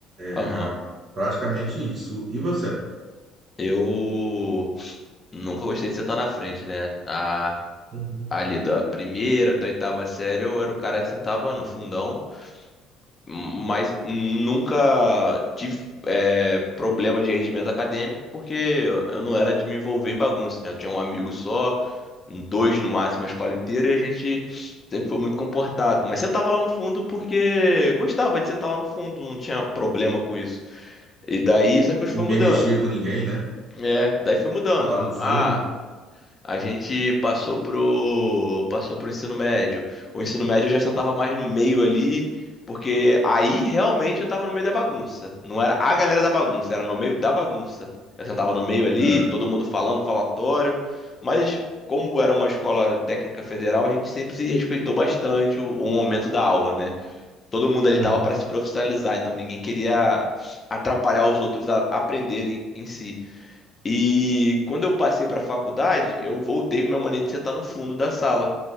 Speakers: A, on the left (about 35°); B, on the right (about 50°).
A: aham.
B: É, Praticamente isso. E você?
A: Eu nunca gostei de sentar na frente, né? A,
B: Uhum.
A: ali da primeira até a oitava série, eu era o cara que sentava no fundão, mas nunca tive é, problema de rendimento acadêmico, porque eu não era de me envolver em bagunça, né? Eu tinha um amigo só, dois no máximo, a escola inteira, e a gente sempre foi muito comportado. Mas sentava lá no fundo porque gostava de sentar lá no fundo, não tinha problema com isso. E daí essa coisa
B: Ninguém
A: foi mudando.
B: mexia com ninguém, né?
A: É, daí foi mudando.
B: Lá no fundo.
A: Ah, a gente passou pro passou pro ensino médio. O ensino médio eu já sentava mais no meio ali, porque aí realmente eu tava no meio da bagunça. Não era a galera da bagunça, era no meio da bagunça. Eu sentava no meio ali,
B: É.
A: todo mundo falando, falatório. Mas como era uma escola técnica federal, a gente sempre se respeitou bastante o, o momento da aula, né? Todo mundo ali
B: Uhum.
A: tava para se profissionalizar, então ninguém queria atrapalhar os outros a aprenderem em si. E quando eu passei para a faculdade, eu voltei com a minha mania de sentar no fundo da sala.